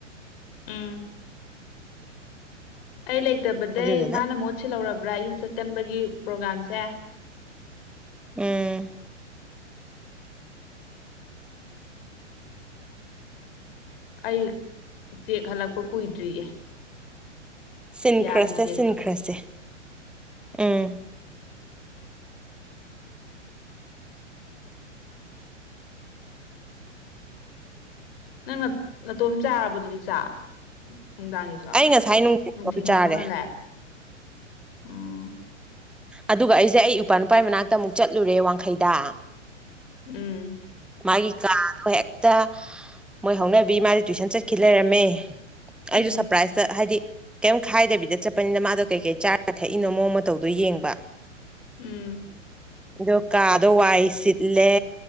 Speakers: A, on the left (about 50°); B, in the centre.
A: ꯎꯝ ꯑꯩ ꯂꯩꯇꯕꯗꯩ
B: ꯑꯗꯨꯗꯨꯅ
A: ꯃꯥꯅ ꯃꯍꯨꯠ ꯁꯤꯜꯍꯧꯔꯕ꯭ꯔꯥ ꯌꯨꯝ ꯆꯠꯀꯟꯕꯒꯤ ꯄ꯭ꯔꯣꯒꯥꯝꯁꯦ
B: ꯎꯝ
A: ꯑꯩ ꯆꯦꯛ ꯍꯜꯂꯛꯄ ꯀꯨꯏꯗ꯭ꯔꯤꯌꯦ
B: ꯁꯤꯟꯈ꯭ꯔꯁꯦ
A: ꯌꯥꯒꯤ ꯆꯦꯛꯇꯣ
B: ꯁꯤꯟꯈ꯭ꯔꯁꯦ ꯎꯝ
A: ꯅꯪ ꯅꯥꯇꯣꯝ ꯆꯥꯔꯕꯗꯨꯗꯤ ꯆꯥ ꯅꯨꯡꯗꯥꯡꯒꯤ
B: ꯑꯩ ꯉꯁꯥꯏ ꯅꯨꯡꯊꯤꯟ
A: ꯅꯨꯡꯊꯤꯟꯜꯒꯤ
B: ꯆꯥꯔꯦ
A: ꯅꯨꯡꯉꯜꯂꯦ ꯎꯝ
B: ꯑꯗꯨꯒ ꯑꯩꯁꯦ ꯑꯩ ꯏꯄꯥ ꯅꯨꯄꯥ ꯃꯅꯥꯛꯇ ꯑꯃꯨꯛ ꯆꯠꯂꯨꯔꯦ ꯋꯥꯡꯈꯩꯗ
A: ꯎꯝ
B: ꯃꯥꯒꯤ ꯀꯥꯗꯣ ꯍꯦꯛꯇ ꯃꯣꯏ ꯍꯧꯅꯕꯤ ꯃꯥꯗꯤ ꯇꯨꯏꯁꯟ ꯆꯠꯈꯤ ꯂꯩꯔꯝꯃꯦ ꯑꯩꯁꯨ
A: ꯎꯝ
B: ꯁꯔꯄ꯭ꯔꯥꯏꯖꯇ ꯍꯥꯏꯗꯤ ꯀꯩꯝ ꯈꯥꯏꯗꯕꯤꯗ ꯆꯠꯄꯅꯤꯅ ꯃꯥꯗꯣ ꯀꯩ ꯀꯩ ꯆꯥꯔ ꯊꯛꯏꯅꯣ ꯃꯑꯣꯡ ꯃꯇ ꯇꯧꯗꯣ ꯌꯦꯡꯕ
A: ꯎꯝ
B: ꯑꯗꯣ ꯀꯥꯗꯣ ꯋꯥꯏ ꯁꯤꯠꯂꯦ